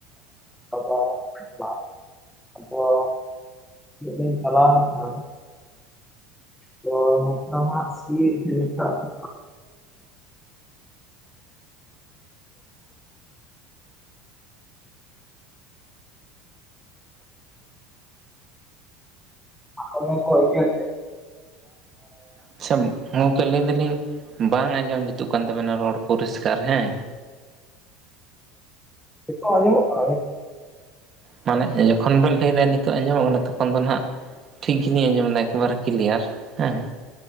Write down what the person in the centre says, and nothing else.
ᱟᱫᱚ ᱟ <unintelligible> ᱢᱤᱫ ᱫᱷᱟᱹᱧ ᱪᱟᱞᱟᱣ ᱞᱮᱱᱟ ᱛᱚ ᱱᱚᱝᱠᱟ ᱢᱟ ᱥᱤᱭᱮ ᱜᱮᱭᱟ ᱦᱟᱸᱜ ᱟᱠᱚ ᱢᱟᱠᱚ ᱜᱮᱫ ᱮᱫ <unintelligible>
ᱱᱤᱛᱚᱜ ᱟᱸᱡᱚᱢᱚᱜ ᱠᱟᱱᱟ ᱠᱤ